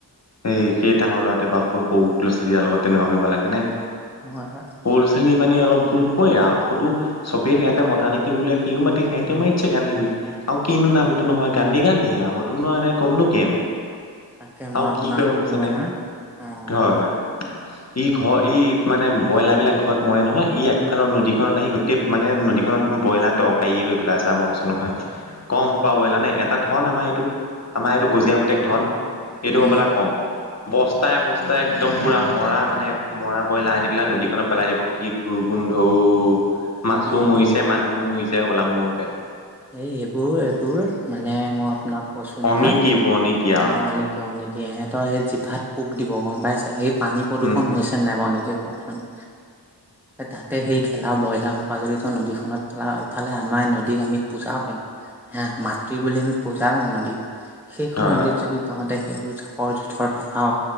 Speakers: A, on the left; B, in the centre.
A: সেই সেই ডাঙৰ ল'ৰাটোৱে বাৰু সৰু সৰু ল'ৰা-ছোৱালী বিলাকৰ লগত তেনেকুৱা কৰিব লাগে নে
B: হয় হয়।
A: সৰু ছোৱালী মানে অলপ ভুল হ'বই আৰু সতো চবেই সিহঁতে মতা দেখি বোলে সি মাতি সিহতেও মাতিছে গান্ধী বুলি আৰু কিনো
B: উম
A: নামটো নহয় গান্ধী গান্ধী আৰু সতোনো আৰু এতিয়া ক'ম নো কি আমি
B: তাকে মই
A: আৰু
B: আপোনাক
A: কি কৰে গমপাইছেনে
B: ক'লো নহয় অ
A: ডেট
B: কওক
A: ই ঘৰ ই মানে ব্ৰইলাৰ বিলাক ঘৰত মৰে নহয় ই আগফালৰ নদীখনত আহি গোটেই মানে নদীখনত ব্ৰইলাৰ টৰকাৰীয়ে কৰি পেলাইছে আমাৰ কয়ছো নহয় কম সোপা ব্ৰইলাৰ নে এটা ধন আমাৰ এইটো আমাৰ এইটো গজিয়া পুতেক ধন এইটো
B: উম
A: হ'বেলাক কম বস্তাই, বস্তাই একদম পূৰা মৰা মানে মৰা বইলা আনি পেলাই নদীখনত পেলাই দিব, কি দুৰ্গোন্ধও মাছো
B: উম
A: মৰিছে, মানুহো মৰিছে হ'বলা মোৰ মতে
B: এই এইবোৰ, এইবোৰ মানে মই আপোনাক কৈছো নহয়
A: অনীতি এইবোৰ অনীতি আও
B: আনি নিতি ইহঁতৰ সেই জিভাত পোক দিব, গম পাইছে সেই পানী প্ৰদূষণ
A: উম
B: হৈছে নাই বাৰু নিজে কওকচোন তাতে সেই গেলা ব্ৰইলাৰ সোপা জৰিত নদীখনত পেলাওঁ ইফালে আমাৰ নদীক আমি পূজা কৰো, হে মাতৃ বুলি আমি পূজা কৰো নদীত সেইখন
A: হয়
B: নদীত
A: হয়
B: যদি তহতে সেইবোৰ জাপৰ জোথৰ পেলাও